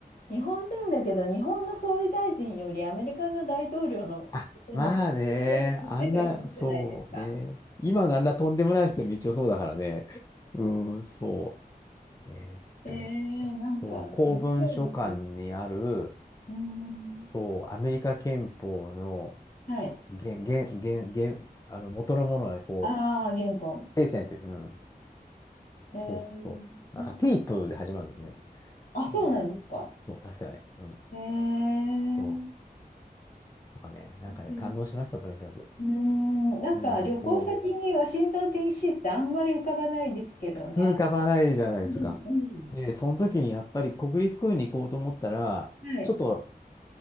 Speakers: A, on the left (about 60°); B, on the left (about 20°).
A: 日本人だけど、日本の総理大臣よりアメリカの大統領のことの方がよく知ってたりするじゃないですか。
B: あ、まあね。あんな、そうね。今のあんなとんでもない人も一応そうだからね。<laughs> うん、そう。ね、
A: えー、
B: そう。あとは公文書館にある、
A: なんか、面白いですね。うーん。
B: そう、アメリカ憲法の
A: はい。
B: 原、原、原、原、あの、元のものがこ
A: ああ、原本。
B: う、訂正されてる。うん。そうそうそう。
A: えー、ね
B: なんか、ピープで始まるんですよね。
A: あ、そうなんですか。
B: うん。そう、確かね。うん。
A: えー、面
B: そう。とかね、なんかね、
A: 白い。
B: 感動しました、とにかく。
A: うーん、なんか旅行先にワシントン
B: うん。おう。
A: DC ってあんまり浮かばないですけどね。
B: 通かばないじゃないですか。
A: うん、うん
B: で、その時にやっぱり国立公園に行こうと思ったら、
A: はい。
B: ちょっと